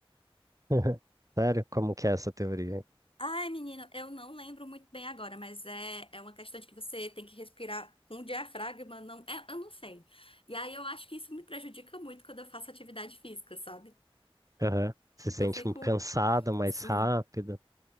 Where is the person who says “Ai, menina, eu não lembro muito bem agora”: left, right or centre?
Left